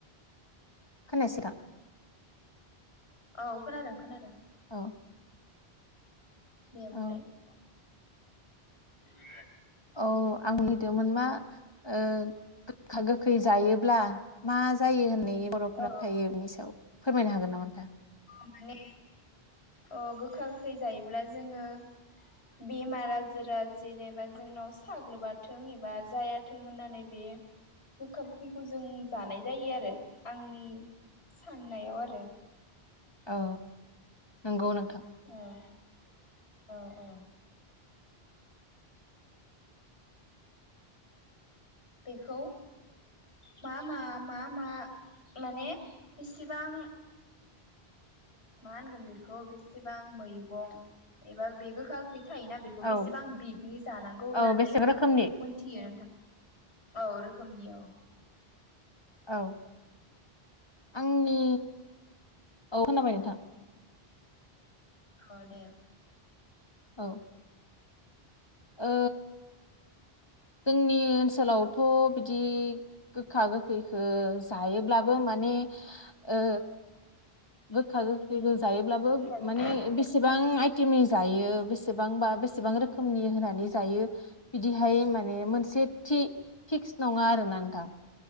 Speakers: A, on the left (about 25°); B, on the left (about 90°).
A: खोनायासिथां
B: औ खोनादों खोनादों
A: औ
B: दे बुंलाय
A: औ
B: उ <inaudible>
A: औ आं नै <unintelligible> दोंमोन मा ओ गोखा गोखै जायोब्ला मा जायो होनना बर'फोरा
B: औ
A: थायो बिनि सायाव फोरमायनो हागोन नामा नोंथां
B: माने अ गोखा गोखै जायोब्ला जोङो बेमार आजारा जेनेबा जोंनाव साग्लोबाथों एबा जायाथों होननानै बे गोखा गोखैखौ जों जानाय जायो आरो आंनि साननायाव आरो
A: औ नंगौ नों
B: ओं औ औ बेखौ मा मा मा मा माने बिसिबां मा होनगोन बेखौ बेसेबां मैगं एबा बे गोखा गोखै थायोना बेखौ
A: औ
B: बेसेबां बिदनि जानांगौ होननानै
A: औ बेसेबां रोखोमनि?
B: मोनथियो नोंथां औ रोखोमनि औ
A: औ आंनि औ खोनाबाय नोंथां
B: औ दे
A: औ ओ जोंनि ओनसोलावथ बिदि गोखा गोखैखो जायोब्लाबो माने ओ गोखा गोखैखौ जायोब्लाबो
B: गोखा गोखैखौ
A: माने
B: जायोब्लाबो
A: बेसेबां आइटेमनि जायो बेसेबांबा बेसेबां रोखोमनि होनानै जायो बिदिहाय माने माने मोनसे थि फिक्स नङा आरो ना नोंथां